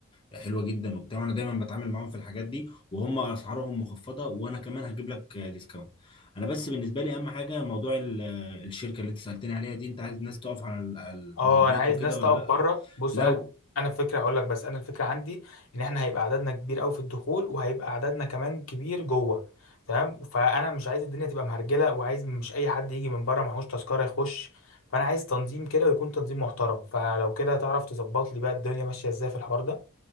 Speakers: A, on the left; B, on the left.
A: آه، حلوه جدا وبتاع انا دايما بتعامل معاهم في الحاجات دي وهم اسعارهم مخفضه وانا كمان هجيب لك آه، ديسكاونت انا بس بالنسبه لي اهم حاجه موضوع ال- آه، الشركه اللي انت سالتني عليها دي انت عايز الناس تقف على ال- على البوابات
B: اه انا عايز
A: وكده
B: ناس تقف
A: ولا لا
B: بره بص
A: لو
B: انا انا الفكره هقول لك بس انا الفكره عندي ان احنا هيبقى عددنا كبير قوي في الدخول وهيبقى عددنا كمان كبير جوه تمام فانا مش عايز الدنيا تبقى مهرجله وعايز مش اي حد يجي من بره معهوش تذكره يخش فانا عايز تنظيم كده ويكون تنظيم محترم فلو كده تعرف تظبط لي بقى الدنيا ماشيه ازاي في الحوار ده